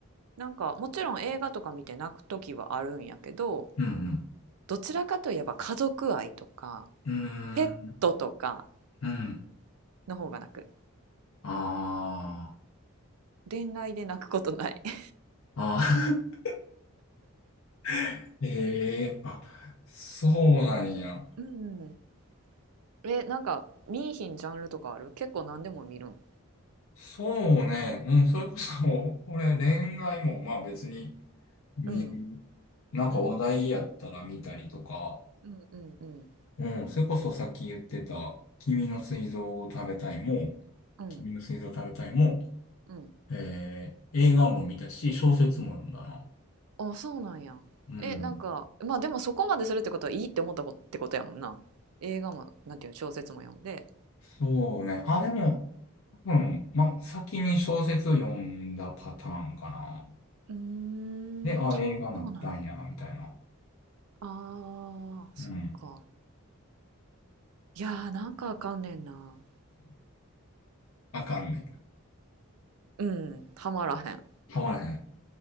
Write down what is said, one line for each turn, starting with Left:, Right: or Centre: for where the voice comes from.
Right: なんかもちろん映画とか見て泣く時はあるんやけど
Left: うん、
Right: どちらかといえば家族愛とか
Left: うん。
Right: ペットとか
Left: うーん。うん。
Right: の方が泣く
Left: あ
Right: 恋愛で泣くことない <laughs>
Left: あ。ああ。<laughs> ええあ、そうなんや。
Right: うんえなんか見いひんジャンルとかある結構何でも見るん
Left: そうね。うん、それこそ、俺、恋愛も、まあ別に、見る
Right: うん
Left: なんか話題やったら見たりとか、
Right: うんうんうんうんうん
Left: うん、それこそさっき言ってた、君の膵臓を食べたいも、
Right: うん
Left: 君の膵臓を食べたいも、
Right: うん
Left: えー、映画も見たし、小説も読んだな。
Right: あそうなんやえなんかまあでもそこまでするってことはいいって思ったことってことやもんな映画もなんていうの小説も読んで
Left: うん。そうね。あ、でも、うん、ま、先に小説読んだパターンかな。
Right: うーんそうなんや
Left: で、あ、映画なったんや、みたいな。
Right: あーそっか
Left: うん。
Right: いやーなんかあかんねんな。
Left: あかんね。
Right: うん、はまらへん。
Left: はまらへん。